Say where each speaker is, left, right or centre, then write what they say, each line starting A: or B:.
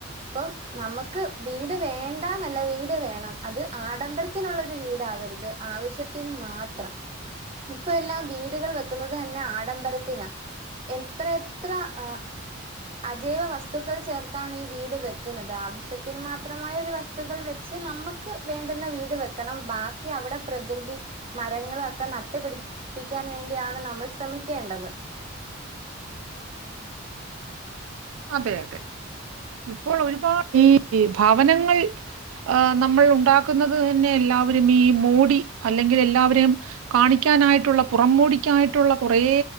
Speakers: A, on the right; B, on the right.
A: ഇപ്പം നമുക്ക് വീട് വേണ്ടാന്നല്ല വീട് വേണം അത് ആഡംബര ത്തിനുള്ളൊരു വീടാവരുത് ആവശ്യത്തിന് മാത്രം ത്രം ഇപ്പം എല്ലാം വീടുകൾ വെക്കുന്നത് തന്നെ ആഡംബരത്തിനാ എത്ര എത്ര ആഹ് അജൈവ വസ്തുക്കൾ ചേർത്താണ് ഈ വീട് വെക്കുന്നത് ആവശ്യത്തിന് മാത്രമായ ഒരു വസ് ത്തുകൾ വെച്ച് നമുക്ക് വേണ്ടുന്ന വീട് വെക്കണം ബാക്കി അവിടെ പ്രകൃതി മരങ്ങളൊക്കെ നട്ടുപിടിപ്പിക്കാൻ വേണ്ടിയാണ് നമ്മൾ ശ്രമിക്കേണ്ടത്
B: അതെ അതെ ഇപ്പോൾ ഒരുപാട് ഈ ഭവനങ്ങൾ ആഹ്‌ നമ്മൾ ഉണ്ടാക്കുന്നത് തന്നെ എല്ലാവരും ഈ മോടി അല്ലെങ്കിൽ എല്ലാവരെയും കാണിക്കാനായിട്ടുള്ള പുറംമോടിക്കായിട്ടുള്ള കുറേ